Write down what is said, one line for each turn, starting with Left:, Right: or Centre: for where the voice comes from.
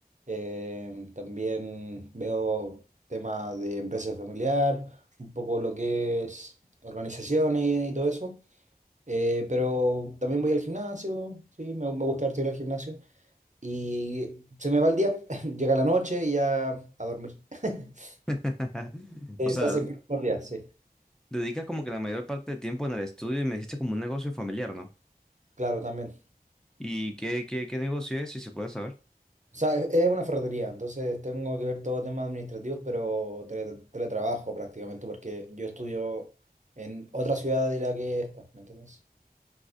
Right: Eh, también veo temas de empresa familiar, un poco lo que es organizaciones y, y todo eso. Eh, pero también voy al gimnasio, sí, me, me gusta harto ir al gimnasio. Y se me va el día, <laughs> llega la noche y ya a dormir. <laughs>
Centre: <laughs>
Right: Eh,
Centre: O sea,
Right: se hacen cortos los días, sí,
Centre: dedicas como que la mayor parte del tiempo en el estudio y me dijiste como un negocio familiar, ¿no?
Right: claro, también.
Centre: ¿Y qué, qué, qué negocio es, si se puede saber?
Right: O sea, es es una ferretería, entonces tengo que ver todo temas administrativos, pero tele- teletrabajo prácticamente, porque yo estudio en otra ciudad de la que esta, ¿me entiendes?